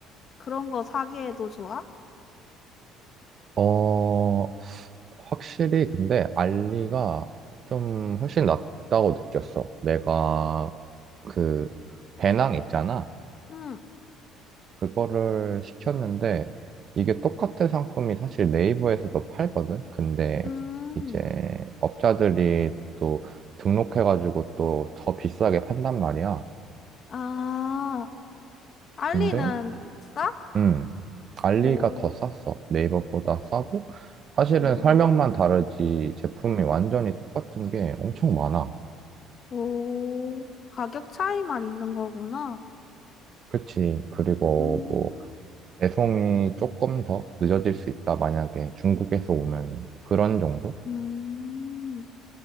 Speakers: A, on the left (about 45°); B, on the right (about 45°).
A: 그런 거 사기에도 좋아?
B: 어, 확실히 근데 알리가 좀 훨씬 낫다고 느꼈어. 내가 그 배낭 있잖아.
A: 응
B: 그거를 시켰는데 이게 똑같은 상품이 사실 네이버에서도 팔거든. 근데
A: 음.
B: 이제 업자들이 또 등록해가지고 또 더 비싸게 판단 말이야.
A: 아, 알리는
B: 근데
A: 싸?
B: 음 알리가
A: 오,
B: 더 쌌어. 네이버보다 싸고 사실은
A: 오,
B: 설명만 다르지 제품이 완전히 똑같은 게 엄청 많아.
A: 오. 가격 차이만 있는 거구나.
B: 그치. 그리고
A: 음,
B: 뭐, 배송이 조금 더 늦어질 수 있다. 만약에 중국에서 오면은. 그런 정도?
A: 음.